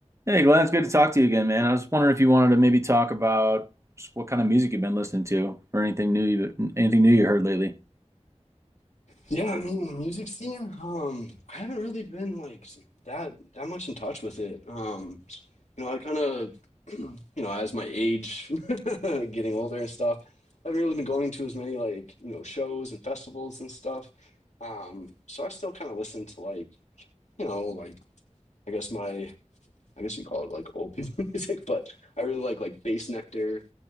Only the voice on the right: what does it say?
Hey Glenn, it's good to talk to you again, man. I was wondering if you wanted to maybe talk about just what kind of music you've been listening to, or anything new you anything new you heard lately.